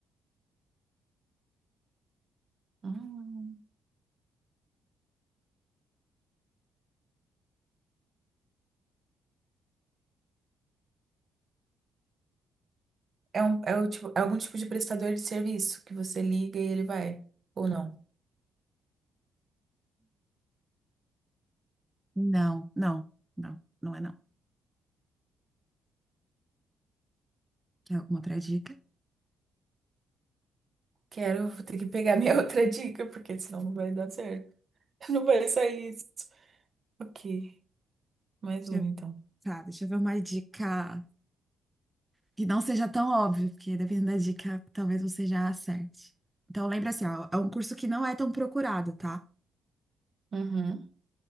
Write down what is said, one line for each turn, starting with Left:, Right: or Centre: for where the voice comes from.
Right: Hum. É, um, é, o tipo, é algum tipo de prestador de serviço que você liga e ele vai, ou não?
Centre: Não, não, não, não é não. Quer alguma outra dica?
Right: Quero, vou ter que pegar minha <laughs> outra dica, porque senão não vai dar certo. Não vai sair isso. Ok. Mais uma,
Centre: Deixa
Right: então.
Centre: eu, tá, deixa eu ver uma dica que não seja tão óbvia, porque dependendo da dica, talvez você já acerte. Então, lembra assim, ó, é um curso que não é tão procurado, tá?
Right: Uhum.